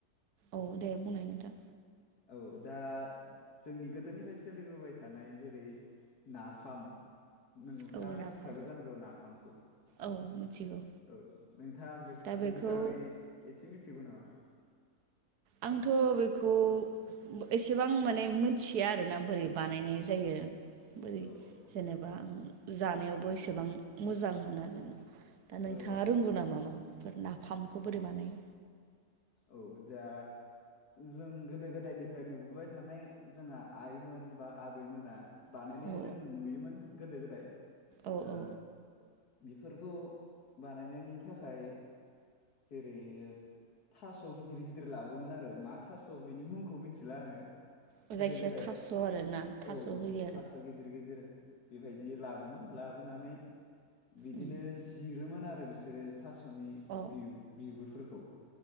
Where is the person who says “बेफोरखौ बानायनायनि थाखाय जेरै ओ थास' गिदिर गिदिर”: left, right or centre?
Left